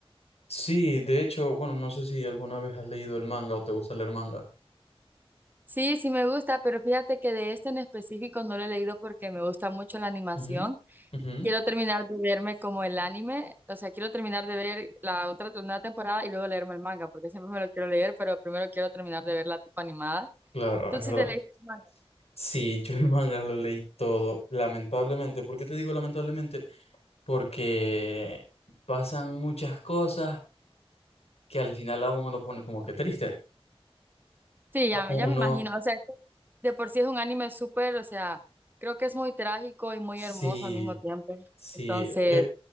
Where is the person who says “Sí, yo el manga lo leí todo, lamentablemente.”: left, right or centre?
Left